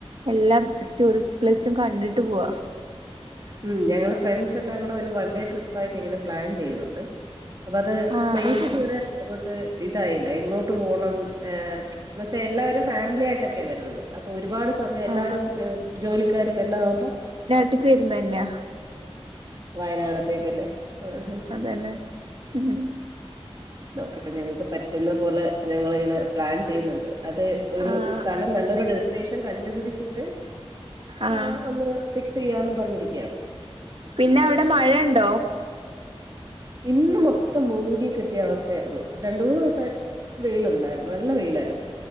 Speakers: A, on the right; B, on the right.
A: എല്ലാ സ്റ്റൂറിസ്റ്റ് പ്ലേസും കണ്ടിട്ട് പോവാ
B: ഉം ഞങ്ങൾ ഫ്രണ്ട്സ് എല്ലാം കൂടെ ഒരു വൺ ഡേ ട്രിപ്പ് ആയിട്ട് ഇങ്ങനെ പ്ലാൻ ചെയ്യുന്ന്ണ്ട് അപ്പ അത്
A: ആഹ്
B: പ്ലേസ്
A: ആഹ്
B: ഇത്
A: ആഹ്
B: വരെ അങ്ങോട്ട് ഇതായില്ല എങ്ങോട്ട് പോണം ഏ എന്നേച്ച എല്ലാവരും ഫാമിലി ആയിട്ടൊക്കെയാ വരുന്നത് അപ്പൊ ഒരു രുപാട് സമയം എല്ലാരും
A: ആഹ്
B: ജോലിക്കാരും എല്ലാം ആവുമ്പോ
A: ട്ട്ക്ക് വരുന്നെന്നാ
B: വയനാടത്തേക്കല്ലേ ആഹ്
A: അതന്നെ ഉം
B: നോക്കട്ടെ ഞങ്ങക്ക് പറ്റുന്ന പോലെ ഞങ്ങളിങ്ങനെ പ്ലാൻ ചെയ്യ്ന്നുണ്ട് അത് ഒരു
A: ആഹ്
B: സ്ഥലം
A: ആഹ്
B: നല്ലൊരു ഡെസ്റ്റിനേഷൻ കണ്ടുപിടിച്ചിട്ട്
A: ആഹ്
B: ആ ഒന്ന് ഫിക്സെയ്യാന്ന് പറഞ്ഞിരിക്കയാണ്
A: പിന്നെ അവിടെ മഴണ്ടോ
B: ഇന്ന് മൊത്തം മൂടികെട്ടിയ അവസ്ഥയാര്ന്നു രണ്ട് മൂന്ന് ദിവസായിട്ട് വെയിലുണ്ടാര്ന്നു നല്ല വെയിലായിര്ന്നു